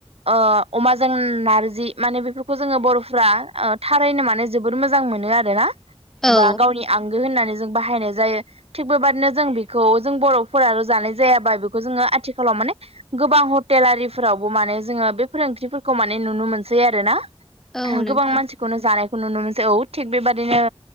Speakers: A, on the right (about 80°); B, in the centre.
A: ओ अमाजों नारजि माने बेफोरखौ जोङो बर'फ्रा ओ थारैनो माने जोबोर मोजां मोनो आरोना
B: औ
A: बा गावनि आंगो होननानै जों बाहायनाय जायो। थिग बेबायदिनो जों बेखौ जों बर'फोराल' जानाय जायाबा बेखौ जोङो आथिखालाव माने गोबां हटेलारिफोरावबो माने जोङो बेफो ओंख्रिफोरखौ माने नुनो मोनसै आरोना
B: औ नोंथां
A: गोबां मानसिखौनो जानायखौ नुनो मोनसै औ थिग बेबादिनो